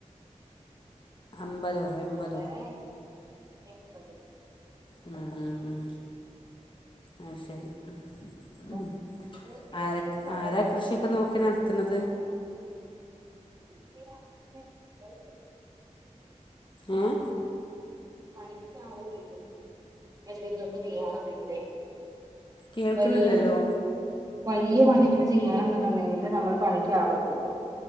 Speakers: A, on the left; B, on the right.
A: അമ്പതോ എൺപതോ
B: അങ്ങനെ എമ്പത്
A: ഉം ഉം ഉം ആ ശരി ഉം
B: ഇപ്പൊ
A: ഉം
B: അതില് നേരത്തെ
A: ആര
B: റബ്ബറായിരുന്നു
A: ആരാ കൃഷിയൊക്കെ നോക്കി നടത്തണത്
B: <unintelligible> <inaudible>
A: ഏഹ്
B: പണിക്കാള വിളിക്കും എന്തെങ്കിലൊക്കെ ചെയ്യാനുണ്ടെങ്കിലെ
A: കേൾക്കണില്ലല്ലോ
B: വലിയ വലിയ പണികൾ ചെയ്യാനുണ്ടെന്നുണ്ടെങ്കില് നമ്മള് പണിക്ക് ആളെ കൂട്ടും